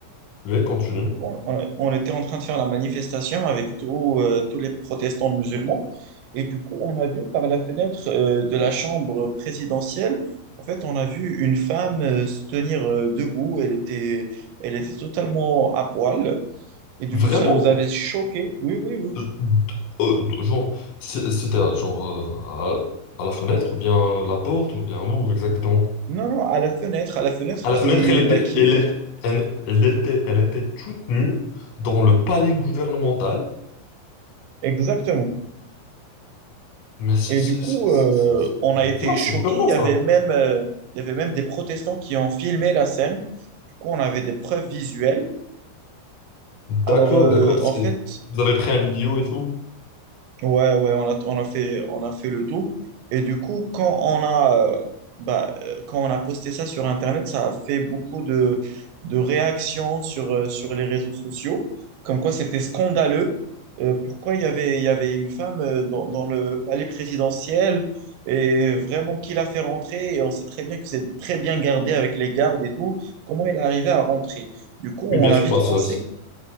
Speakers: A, on the left (about 80°); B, on the right (about 80°).
A: Ouais, continue.
B: Et Du coup, on, on- on était en train de faire la manifestation avec tous euh, tous les protestants musulmans. Et du coup, on a vu par la fenêtre euh, de la chambre présidentielle, en fait, on a vu une femme euh, se tenir euh, debout. Elle était, elle était totalement à poil. Et du
A: Vraiment?
B: coup, ça nous avait choqués. Oui, oui, oui.
A: Euh,
B: oui.
A: euh, genre, c'est- c'était euh, genre euh, à, à la fenêtre, ou bien la porte, ou bien où exactement?
B: Non, non, à la fenêtre, à la fenêtre
A: À la
B: qui,
A: fenêtre, elle était,
B: bah, qui,
A: elle est- elle elle était, elle était toute nue dans le palais gouvernemental.
B: exactement.
A: Mais c'est
B: Et
A: c'est-
B: du coup,
A: c'est- c'est-
B: euh,
A: c'est
B: on a
A: bizarre,
B: été choqués.
A: c'est flippant
B: Il y
A: ça.
B: avait même, euh, il y avait même des protestants qui ont filmé la scène. Du coup, on avait des preuves visuelles.
A: D'accord,
B: Alors, euh,
A: d'accord. c'est-
B: en fait,
A: Vous avez pris un vidéo et tout?
B: Ouais, ouais, on a, on a fait, on a fait le tout. Et du coup, quand on a, euh, bah, euh, quand on a posté ça sur Internet, ça a fait beaucoup de, de réactions sur, euh, sur les réseaux sociaux, comme quoi c'était scandaleux. Euh, pourquoi il y avait, il y avait une femme euh, dans, dans le palais présidentiel et vraiment qui l'a fait rentrer? Et on sait très bien que c'est très bien gardé avec les gardes et tout. Comment elle est arrivée à rentrer? Du coup,
A: Oui,
B: on
A: bien
B: a
A: sûr.
B: vite
A: Bah, ça,
B: pensé
A: c'est-